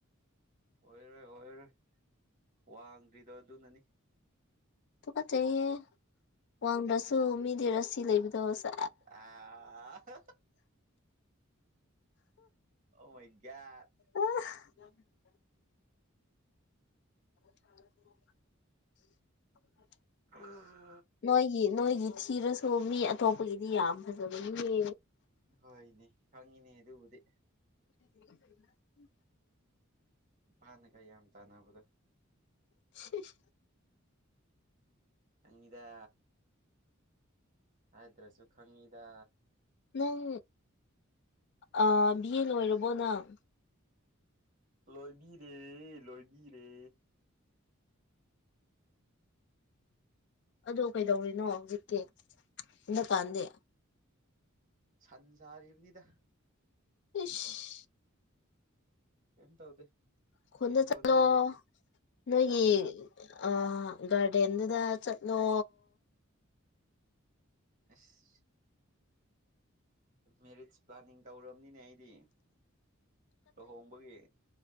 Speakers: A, on the right; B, on the left.
A: ꯑꯣꯏꯔꯔꯣꯏ ꯑꯣꯏꯔꯔꯣꯏ ꯋꯥꯡꯗ꯭ꯔꯤꯗꯣ ꯑꯗꯨꯅꯅꯤ
B: ꯇꯨꯀꯆꯩꯍꯦ ꯋꯥꯡꯗ꯭ꯔꯁꯨ ꯃꯤꯗꯤ ꯔꯥꯁꯤ ꯂꯩꯕꯗꯣ ꯁꯦ
A: ꯑꯥ ꯑꯍꯥ ꯑꯣ ꯃꯥꯏ ꯒꯥꯠ
B: ꯑꯥꯍ <unintelligible>
A: ꯑꯥꯍ
B: ꯅꯣꯏꯒꯤ ꯅꯣꯏꯒꯤ ꯊꯤꯔꯁꯨ ꯃꯤ ꯑꯇꯣꯞꯄꯒꯤꯗꯤ ꯌꯥꯝ ꯐꯖꯕꯅꯤꯅꯦ
A: ꯍꯣꯏꯅꯦ ꯈꯪꯉꯤꯅꯦ ꯑꯗꯨꯕꯨꯗꯤ
B: <unintelligible>
A: ꯅꯨꯄꯥꯅꯒ ꯌꯥꯝ ꯇꯥꯟꯅꯕꯗꯣ
B: ꯁꯤꯍ
A: ꯈꯪꯉꯤꯗ ꯍꯥꯏꯗ꯭ꯔꯁꯨ ꯈꯪꯉꯤꯗ
B: ꯅꯪ ꯑꯥ ꯕꯤ ꯑꯦ ꯂꯣꯏꯔꯕꯣ ꯅꯪ
A: ꯂꯣꯏꯕꯤꯔꯦ ꯂꯣꯏꯕꯤꯔꯦ
B: ꯑꯗꯣ ꯀꯩꯗꯧꯔꯤꯅꯣ ꯍꯧꯖꯤꯛꯇꯤ ꯍꯟꯗꯛꯀꯥꯟꯗꯤ
A: ꯁꯟ ꯁꯥꯔꯤꯕꯅꯤꯗ
B: ꯇꯤꯁ
A: ꯀꯩꯝ ꯇꯧꯗꯦ
B: ꯈꯨꯟꯗ
A: ꯀꯩꯝ ꯇꯧꯅꯤꯡꯉꯥꯏ
B: ꯆꯠꯂꯣ
A: ꯂꯩꯇꯦ
B: ꯅꯣꯏꯒꯤ
A: ꯁꯟꯁꯥ
B: ꯑ ꯒꯥꯔꯗꯦꯟꯗꯨꯗꯥ ꯆꯠꯂꯣ
A: ꯑꯁ ꯃꯦꯔꯤꯠꯁ ꯄ꯭ꯂꯥꯟꯅꯤꯡ ꯇꯧꯔꯕꯅꯤꯅꯦ ꯑꯩꯗꯤ ꯂꯨꯍꯣꯡꯕꯒꯤ